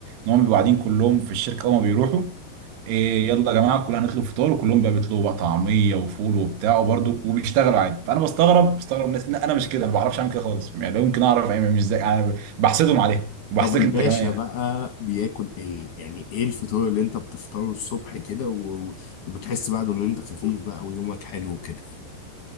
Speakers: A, on the right (about 70°); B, on the left (about 60°).
A: ان هم بيبقوا قاعدين كلهم في الشركه اول ما بيروحوا إيه يلا يا جماعه كلنا هنطلب فطار وكلهم بقى بيطلبوا بقى طعميه وفول وبتاع وبرضو وبيشتغلوا عادي فانا بستغرب بستغرب الناس لا انا مش كده انا ما بعرفش اعمل كده خالص يعني لو يمكن اعرف يعني مش زي انا بحسدهم عليه وبحسدك
B: طب الباشا
A: انت كمان يعني
B: بقى بياكل ايه يعني ايه الفطار اللي انت بتفطره الصبح كده و... وبتحس بعده ان انت خفيف بقى ويومك حلو كده